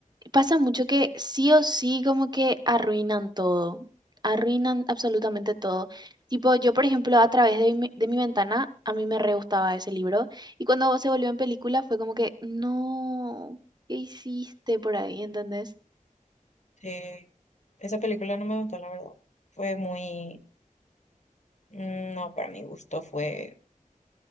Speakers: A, on the right; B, on the left.
A: Pasa mucho que sí o sí como que arruinan todo, arruinan absolutamente todo. Tipo, yo por ejemplo a través de mi, de mi ventana, a mí me re gustaba ese libro y cuando se volvió en película fue como que, no, ¿qué hiciste por ahí? ¿Entendés?
B: Sí. Esa película no me gustó, la verdad. Fue muy... No, para mi gusto fue...